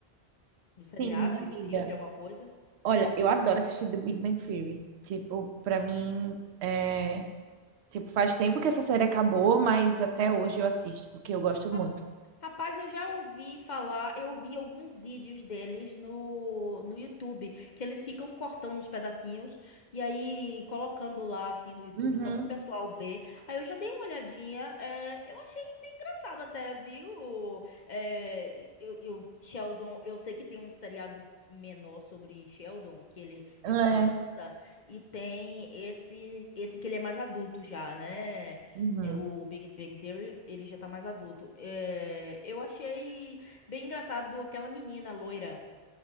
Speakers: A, on the left; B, on the right.
A: De seriado,
B: Sim,
A: de
B: amiga.
A: filme, alguma coisa.
B: Olha, eu adoro assistir The Big Bang Theory. Tipo, pra mim, é... tipo, faz tempo que essa série acabou, mas até hoje eu assisto, porque eu gosto muito.
A: Ra- Rapaz, eu já ouvi falar, eu vi alguns vídeos deles no, no YouTube, que eles ficam cortando uns pedacinhos e aí colocando lá, assim, no YouTube,
B: Uhum,
A: só pro pessoal ver. Aí eu já dei uma olhadinha, é, eu achei bem engraçado até, viu? É, eu, eu- Sheldon, eu sei que tem um seriado menor sobre Sheldon, que ele é
B: é,
A: uma criança, e tem esse, esse que ele é mais adulto já, né?
B: uhum.
A: É, O Big Bang Theory, ele já tá mais adulto. É, eu achei bem engraçado aquela menina loira,